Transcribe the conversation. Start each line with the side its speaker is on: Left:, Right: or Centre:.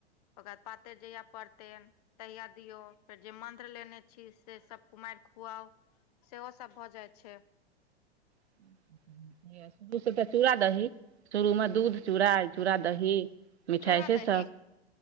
Left: ओकरा पातरि जहिया पड़तै तहिया दियो फेर जे मन्त्र लेने छी से सब कुमारि खुआउ सेहो सभ भऽ जाइ छै
Right: <inaudible> शुरू से तऽ चूड़ा दही शुरू मे दूध चूड़ा चूड़ा दही मिठाइ
Left: चूड़ा
Right: से सब
Left: दही